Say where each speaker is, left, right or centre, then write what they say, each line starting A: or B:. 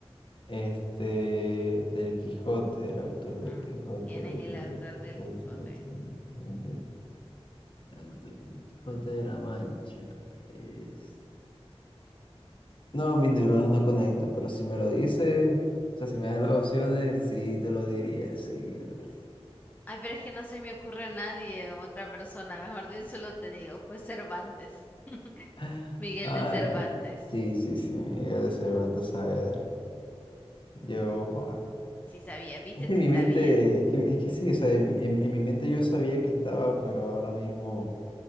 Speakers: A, on the left; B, on the left.
A: Este, del Quijote, el autor del
B: Ah,
A: Quijote,
B: ¿Quién
A: el
B: es
A: autor
B: el autor
A: del Quijote,
B: del Quijote?
A: el autor del Quijote, el autor del Quijote de la Mancha. Es... No, mis neuronas no conectan, pero si me lo dices, o sea, si me das las opciones, sí te lo diría enseguida.
B: Ay, pero es que no se me ocurre nadie, otra persona. Mejor di- solo te digo, fue Cervantes.
A: <laughs>
B: Miguel
A: Ay,
B: de Cervantes.
A: sí, sí, sí, Miguel de Cervantes Saavedra. Yo, joa.
B: Sí sabía, viste,
A: Es que
B: sí
A: en mi
B: sabía.
A: mente, es que, es que sí, o sea, en, mi en- en mi mente yo sabía que estaba, pero ahora mismo.